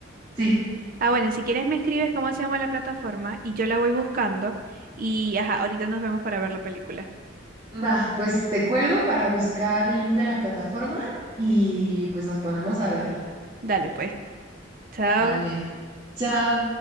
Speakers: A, on the right; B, on the right.
A: Sí.
B: Ah, bueno, si quieres me escribes cómo se llama la plataforma y yo la voy buscando. Y, ajá, ahorita nos vemos para ver la película.
A: Va, pues te cuelgo para buscar el link de la plataforma y pues nos ponemos a verla.
B: Dale, pues. Chao.
A: Dale. Chao.